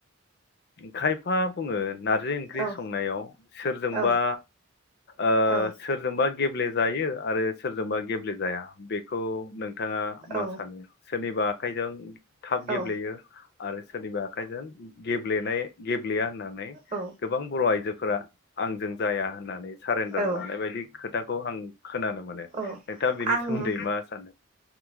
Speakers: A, on the left; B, on the right.
A: खायफा बुङो नारजि ओंख्रि
B: औ
A: संनायाव सोरजोंबा
B: औ
A: ओ
B: औ
A: सोरजोंबा गेब्लेेजायो आरो सोरजोंबा गेब्लेेजाया बेखौ नों नोंथाङा मा
B: औ
A: सानो? सोरनिबा आखाइजों थाब गेब्लेयो
B: औ
A: आरो सोरनिबा आखाइजों गेप <unintelligible> लेनाय गेब या होननानै
B: औ
A: गोबां बर आइजो फोरा आंजों जाया होननानै सारेन्डार
B: औ
A: लानाय बायदि खोथा खौ आं खोनानो मोनो।
B: आं
A: नोंथाङा बेनि सोमोन्दै मा सानो